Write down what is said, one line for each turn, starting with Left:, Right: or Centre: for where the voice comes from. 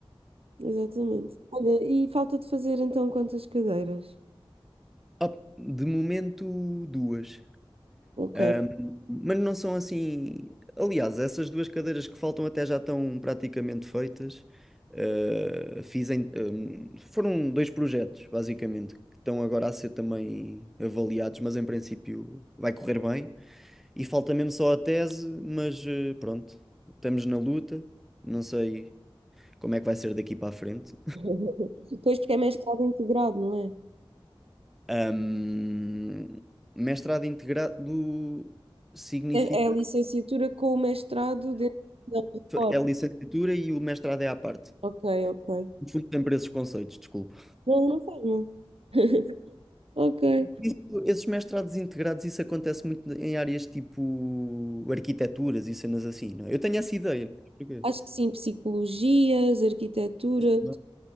Right: exatamente. Olha, e falta de fazer então quantas cadeiras?
Centre: Ah, de momento, duas.
Right: Ok.
Centre: Um, Mas não são assim. Aliás, essas duas cadeiras que faltam até já estão praticamente feitas. Uh, fiz em- um, foram dois projetos, basicamente, que estão agora a ser também avaliados, mas em princípio vai correr bem. E falta mesmo só a tese, mas uh, pronto, estamos na luta. Não sei como é que vai ser daqui para a frente.
Right: <laughs> Pois porque é mestrado integrado, não é?
Centre: Um, mestrado integrado significa
Right: É a licenciatura com o mestrado dentro da fora.
Centre: é a licenciatura e o mestrado é à parte.
Right: Ok, ok.
Centre: Confundo sempre esses conceitos, desculpa.
Right: Não, não faz mal. <laughs> Ok.
Centre: Isso- esses mestrados integrados, isso acontece muito em áreas tipo arquiteturas e cenas assim, não é? Eu tenho essa ideia, não sei porquê.
Right: Acho que sim, psicologias, arquitetura,
Centre: Não.